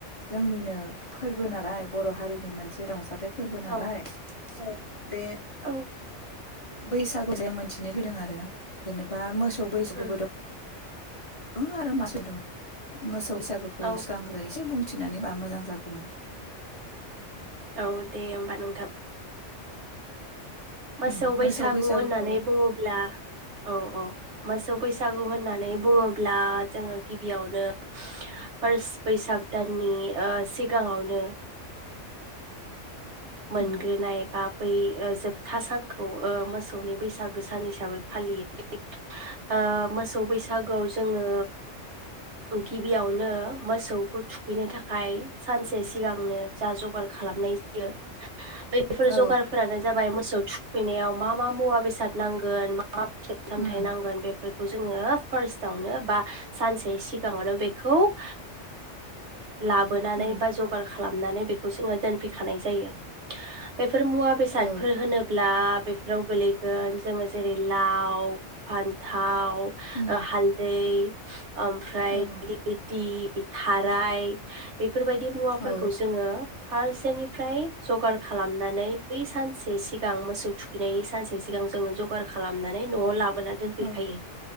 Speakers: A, on the left; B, on the right.
A: जोंनिनो फोरबो नालाय बर' हारिनि मोनसे रं थाय फोरबो नालाय
B: औ
A: औ। बे
B: औ
A: बैस सागु जे मोनथिनो लुबैदों आरो जेनेबा मोसौ बैसागु
B: उम
A: दं दं आरो मासेव‌ दङ मोसौ बैसागुखौ
B: औ
A: सिगांग्रो एसे बुं थिनानैबा मोजां जागौमोन।
B: औ दे होमबा नोंथां। मोसौ
A: उम
B: बैसागु
A: बैसागुखौ
B: होननानै बुङोब्ला औ औ मोसौ बैसागु होननानै बुङोब्ला जोङो गिबियावनो फार्स बैसाग दाननि ओ सिगाङावनो मोनग्रोनाय
A: उम
B: बाब बै ओ जोबथा सानखौ ओ मोसौनि बैसागो सान हिसाबै फालियो। <unintelligible> ओ मोसौ बैसागोआव जोङो गिबियावनो मोसौखौ थुखैनो थाखाय सानसे सिगांनो जा जगार खालामनाय जायो। बैफोर
A: औ
B: जगारफोरानो जाबाय मो सौ थुखैनायाव मा मा मुवा बेसाद नांगोन मा मा फिथाइ सामथाइ
A: उम
B: नांगोन बेफोर खौ जोङो फार्स्टआवनो बा सानसे सिगाङावनो बेखौ ओ लाबोनानै
A: औ
B: बा जगार खालामनानै बेखौ जोङो दोनफैखानाय जायो। बेफ फोर मुवा बेसादफोर
A: औ
B: होनोब्ला बेफोराव गोलैगोन जोङो जेरै लाव फान्थाव
A: उम
B: ओ हालदै <unintelligible> आमफ्राय
A: औ
B: <unintelligible> थि बे थाराय बे बेफोरबायदि मुवाफोरखौ
A: औ
B: जोङो फारसेनिफ्राय जगार खालामनानै बै सानसे सिगां मोसौ थुखैनायनि सानसे सिगां जोङो जगार खालामनानै न'आव ला बोना दोनफैखायो
A: औ